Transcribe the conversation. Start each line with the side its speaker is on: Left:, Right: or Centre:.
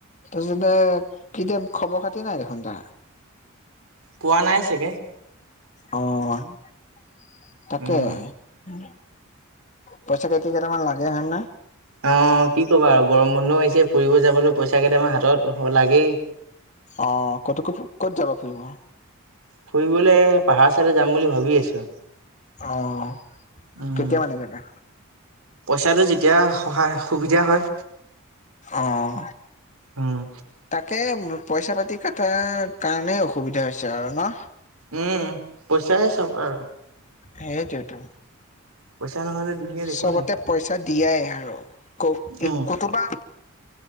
Left: তাৰপিছতে এতিয়া খবৰ - খাতি নাই দেখোন তাৰ',
Right: পোৱা নাই চাগে',
Left: অহ', আই', তাকে,
Right: উম
Left: উম', পইচা - কেইতি কেইটামান লাগে হয় নে?
Right: অহ', কি কবা আৰু গৰম বন্ধ আহিছে ফুৰিব যাবলৈ পইচা কেইটামাৰ হাতত লাগেই',
Left: অহ', কতো - কতো - ক'ত যাবা ফুৰিব?
Right: ফুৰিবলৈ পাহাৰ চাইড যাম বুলি ভাবি আছো।
Left: অঁ,
Right: উম।
Left: কেতিয়া মানে জাবা?
Right: পইচাটো যেতিয়া সহায় সুবিধা হয়।
Left: অঁ।
Right: উম।
Left: তাকে পইচা পাতি কটাৰ কাৰণেই অসুবিধা হৈছে আৰু ন?
Right: উম পইচাই চব আৰু।
Left: সেইটোইটো।
Right: পইচা নহ'লে দুুনীয়াত একো
Left: চবতে
Right: নাই।
Left: পইচা দিয়াই আৰু ক
Right: উম,
Left: কতোবা